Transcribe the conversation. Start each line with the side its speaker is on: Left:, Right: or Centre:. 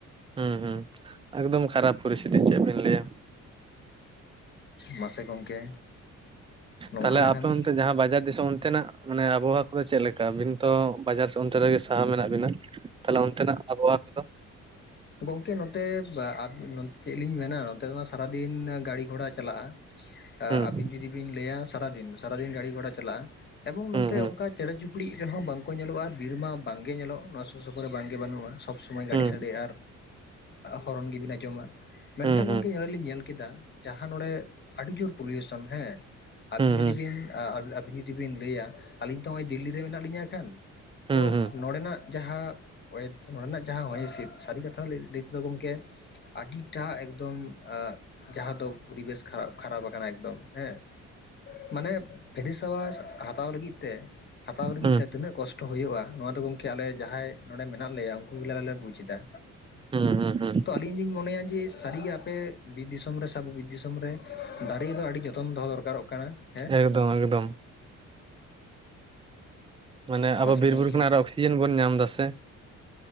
Right: ᱦᱩᱸ ᱦᱩᱸ ᱮᱠᱫᱚᱢ ᱠᱷᱟᱨᱟᱯ ᱯᱚᱨᱤᱥᱛᱷᱤᱛᱤ ᱪᱮᱫ ᱵᱤᱱ ᱞᱟᱹᱭᱟ
Left: ᱢᱟᱥᱮ ᱜᱚᱝᱠᱮ ᱱᱚᱝᱠᱟ
Right: ᱛᱟᱞᱦᱮ
Left: ᱞᱮᱠᱷᱟᱱ
Right: ᱟᱯᱮ ᱚᱱᱛᱮ ᱡᱟᱸᱦᱟᱸ ᱵᱟᱡᱟᱨ ᱫᱤᱥᱚᱢ ᱚᱱᱛᱮᱱᱟᱜ ᱢᱟᱱᱮ ᱟᱵᱚᱦᱟᱣᱟ ᱠᱚᱫᱚ ᱪᱮᱫ ᱞᱮᱠᱟ ᱟᱹᱵᱤᱱ ᱛᱚ ᱵᱟᱡᱟᱨ ᱥᱮ ᱚᱱᱛᱮ ᱨᱮᱜᱮ ᱥᱟᱦᱟ ᱢᱮᱱᱟᱜ ᱵᱤᱱᱟ ᱛᱟᱞᱦᱮ ᱚᱱᱛᱮᱱᱟᱜ ᱟᱵᱚᱦᱟᱣᱟ ᱠᱚᱫᱚ
Left: ᱜᱚᱝᱠᱮ ᱱᱚᱛᱮ <unintelligible> ᱪᱮᱫ ᱞᱤᱧ ᱢᱮᱱᱟ ᱱᱚᱱᱛᱮ ᱢᱟ ᱥᱟᱨᱟᱫᱤᱱ ᱜᱟᱹᱲᱤ ᱜᱷᱚᱲᱟ ᱪᱟᱞᱟᱜᱼᱟ ᱟᱹᱵᱤᱱ
Right: ᱦᱩᱸ
Left: ᱡᱩᱫᱤ ᱵᱤᱱ ᱞᱟᱹᱭᱟ ᱥᱟᱨᱟᱫᱤᱱ ᱥᱟᱨᱟᱫᱤᱱ ᱜᱟᱹᱲᱤ ᱜᱷᱚᱲᱟ ᱪᱟᱞᱟᱜᱼᱟ ᱮᱵᱚᱝ
Right: ᱦᱩᱸ
Left: ᱱᱚᱱᱛᱮ
Right: ᱦᱩᱸ
Left: ᱚᱝᱠᱟ ᱪᱮᱬᱮ ᱪᱩᱯᱲᱤᱪ ᱨᱮᱦᱚᱸ ᱵᱟᱝᱠᱚ ᱧᱮᱞᱚᱜᱼᱟ ᱟᱨ ᱵᱤᱨᱢᱟ ᱵᱟᱝᱜᱮ ᱧᱮᱞᱚᱜ ᱱᱚᱣᱟ ᱥᱩᱨ ᱥᱩᱯᱩᱨ ᱨᱮ ᱵᱟᱝ ᱜᱮ ᱵᱟᱹᱱᱩᱜᱼᱟ ᱥᱚᱵ ᱥᱚ ᱥᱚᱢᱚᱭ ᱜᱟᱹᱰᱤ
Right: ᱦᱩᱸ
Left: ᱥᱟᱰᱮ ᱟᱨ ᱦᱚᱨᱚᱱ ᱜᱤᱵᱤᱱ ᱟᱸᱡᱚᱢᱟ ᱢᱮᱱᱠᱷᱟᱱ
Right: ᱦᱩᱸ ᱦᱩᱸ
Left: ᱜᱚᱝᱠᱮ ᱟᱞᱤᱧ ᱧᱮᱞ ᱠᱮᱫᱟ ᱡᱟᱦᱟᱸ ᱱᱚᱰᱮ ᱟᱹᱰᱤ ᱡᱳᱨ ᱯᱚᱞᱭᱩᱥᱚᱱ ᱦᱮᱸ ᱟᱹᱵᱤᱱ
Right: ᱦᱩᱸ
Left: ᱡᱩᱫᱤ
Right: ᱦᱩᱸ
Left: ᱵᱤᱱ ᱟᱹᱵᱤᱱ ᱡᱩᱫᱤ ᱵᱤᱱ ᱞᱟᱹᱭᱟ ᱟᱹᱞᱤᱧ ᱛᱚ ᱱᱚᱜᱼᱚᱭ ᱫᱤᱞᱞᱤ ᱨᱮ ᱢᱮᱱᱟᱜ ᱞᱤᱧᱟᱹ ᱠᱷᱟᱱ
Right: ᱦᱩᱸ
Left: ᱛᱚ
Right: ᱦᱩᱸ
Left: ᱱᱚᱸᱰᱮᱱᱟᱜ ᱡᱟᱸᱦᱟᱸ ᱱᱚᱸᱰᱮᱱᱟᱜ ᱡᱟᱦᱟᱸ ᱦᱚᱭ ᱦᱤᱸᱥᱤᱫ ᱥᱟᱹᱨᱤ ᱠᱟ ᱛᱷᱟ ᱞᱟᱹᱭ ᱛᱮᱫᱚ ᱜᱚᱝᱠᱮ ᱟᱹᱰᱤᱴᱟᱜ ᱮᱠᱫᱚᱢ ᱡᱟᱦᱟᱸ ᱫᱚ ᱯᱚᱨᱤᱵᱮᱥ ᱠᱷᱟᱨᱟᱯ ᱠᱷᱟᱨᱟᱯ ᱟᱠᱟᱱᱟ ᱮᱠᱫᱚᱢ ᱦᱮᱸ ᱢᱟᱱᱮ ᱯᱷᱮᱨᱤᱥ ᱦᱟᱣᱟ ᱦᱟᱛᱟᱣ ᱞᱟᱹᱜᱤᱫ ᱛᱮ ᱦᱟᱛᱟᱣ ᱞᱟᱹᱜᱤᱫ
Right: ᱦᱩᱸ
Left: ᱛᱮ ᱛᱤᱱᱟᱹᱜ ᱠᱚᱥ ᱴᱚ ᱦᱳᱭᱩᱜᱼᱟ ᱱᱚᱣᱟ ᱫᱚ ᱜᱚᱝᱠᱮ ᱟᱞᱮ ᱡᱟᱦᱟᱸᱭ ᱱᱚᱰᱮ ᱢᱮᱱᱟᱜ ᱞᱮᱭᱟ ᱩᱝᱠᱩ ᱜᱮᱞᱮ ᱟᱞᱮ ᱞᱮ ᱵᱩᱡᱽ ᱮᱫᱟ
Right: ᱦᱩᱸ ᱦᱩᱸ ᱦᱩᱸ
Left: <unintelligible> ᱤᱧ ᱫᱩᱧ ᱢᱚᱱᱮᱭᱟ ᱡᱮ ᱥᱟᱹᱨᱤᱜᱮ ᱟᱯᱮ ᱵᱤᱨ ᱫᱤᱥᱚᱢ ᱨᱮ ᱥᱮ ᱟᱵᱚ ᱫᱤᱥᱚᱢ ᱨᱮ ᱫᱟᱨᱮ ᱫᱚ ᱟᱹᱰᱤ ᱡᱚᱛᱚᱱ ᱫᱚᱦᱚ ᱫᱚᱨᱠᱟᱨᱚᱜ ᱠᱟᱱᱟ ᱦᱮᱸ
Right: ᱮᱠᱫᱚᱢ ᱮᱠᱫᱚᱢ ᱢᱟᱱᱮ ᱟᱵᱚ
Left: ᱢᱟᱥᱮ
Right: ᱵᱤᱨ
Left: ᱜᱚᱝᱠᱮ
Right: ᱵᱩᱨᱩ ᱠᱷᱚᱱᱟᱜ ᱟᱨᱚ ᱚᱠᱥᱤᱡᱮᱱ ᱵᱚᱱ ᱧᱟᱢ ᱫᱟᱥᱮ